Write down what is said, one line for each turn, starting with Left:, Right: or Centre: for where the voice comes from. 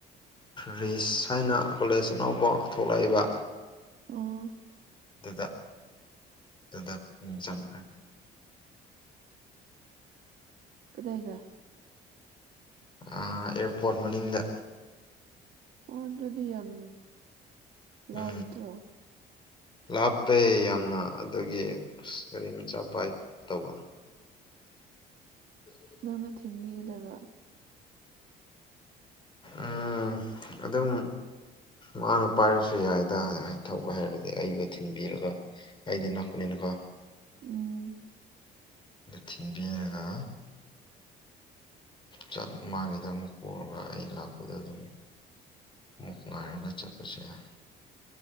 Left: ꯔꯤꯁ ꯍꯥꯏꯅ ꯀꯣꯂꯦꯖ ꯑꯅꯧꯕ ꯊꯣꯛꯂꯛꯏꯕ
Right: ꯑꯪ
Left: ꯗꯨꯗꯥ ꯗꯨꯗ ꯆꯠꯄ
Right: ꯀꯗꯥꯏꯗ
Left: ꯑꯦꯌꯔꯄꯣꯔꯠ ꯃꯅꯤꯡꯗ
Right: ꯑꯣ ꯑꯗꯨꯗꯤ ꯌꯥꯝ ꯂꯥꯞꯇ꯭ꯔꯣ
Left: ꯎꯝ ꯂꯥꯞꯄꯦ ꯌꯥꯝꯅ ꯑꯗꯨꯒꯤ ꯑ ꯀꯔꯤ ꯃꯆꯥ ꯄꯥꯏ ꯇꯧꯕ <inaudible>
Right: ꯅꯪꯅ ꯊꯤꯟꯕꯤꯒꯗꯕ
Left: ꯎꯝ ꯑꯗꯨꯝ ꯃꯥꯅ ꯄꯥꯏꯔꯁꯨ ꯌꯥꯏꯗ ꯊꯧꯕ ꯍꯥꯏꯩꯔꯗꯤ ꯑꯩꯕꯨ ꯊꯤꯟꯕꯤꯔꯒ ꯑꯩꯗꯤ ꯅꯄꯅꯤꯅꯀꯣ
Right: ꯎꯝ
Left: ꯊꯤꯟꯕꯤꯔꯒ ꯆꯠ ꯃꯥꯒꯤꯗ ꯑꯃꯨꯛ ꯄꯨꯔꯒ ꯑꯩ ꯂꯥꯛꯄꯗ ꯑꯗꯨꯝ ꯑꯃꯨꯛ ꯉꯥꯏꯔꯒ ꯆꯠꯄꯁꯨ ꯌꯥꯏ